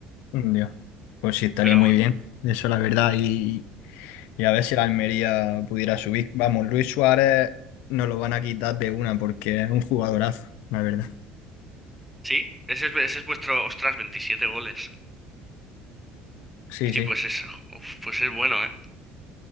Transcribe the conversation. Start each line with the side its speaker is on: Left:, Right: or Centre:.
Left: Dios. Pues sí, estaría
Centre: Pero
Left: muy
Centre: bueno,
Left: bien. Eso, la verdad. Y, Y a ver si la Almería pudiera subir. Vamos, Luis Suárez nos lo van a quitar de una porque es un jugadorazo, la verdad.
Centre: sí, ese es, ese es vuestro, ostras, 27 goles.
Left: Sí,
Centre: Sí,
Left: sí.
Centre: pues es, uf, pues es bueno, ¿eh?